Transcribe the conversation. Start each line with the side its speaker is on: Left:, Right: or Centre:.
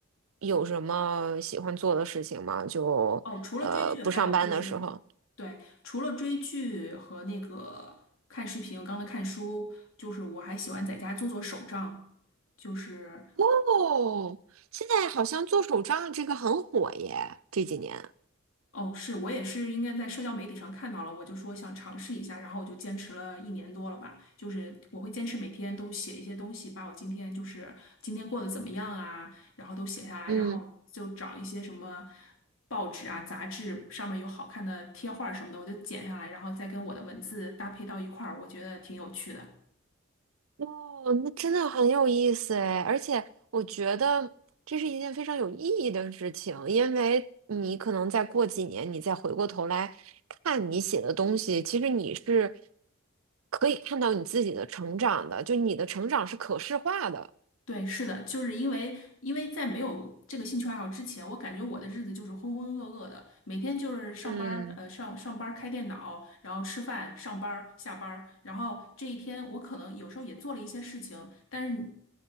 Right: 有什么喜欢做的事情吗？就呃，
Left: 哦，除了追剧，
Right: 不上班的时候。
Left: 还有就是，对，除了追剧和那个看视频，刚才看书，就是我还喜欢在家做做手账，就是。
Right: 哦，现在好像做手账这个很火耶，这几年。
Left: 哦，是我也是，应该在社交媒体上看到了，我就说想尝试一下，然后我就坚持了一年多了吧。就是我会坚持每天都写一些东西，把我今天就是今天过得怎么样啊，然后都写下来，
Right: 嗯。
Left: 然后就找一些什么报纸啊、杂志上面有好看的贴画什么的，我就剪下来，然后再跟我的文字搭配到一块儿，我觉得挺有趣的。
Right: 哦，那真的很有意思哎，而且我觉得这是一件非常有意义的事情，因为你可能再过几年，你再回过头来看你写的东西，其实你是可以看到你自己的成长的，就你的成长是可视化的。
Left: 对，是的，就是因为因为在没有这个兴趣爱好之前，我感觉我的日子就是浑浑噩噩的，每天就是上班儿，
Right: 嗯。
Left: 呃，上上班儿开电脑，然后吃饭，上班儿下班儿，然后这一天我可能有时候也做了一些事情，但是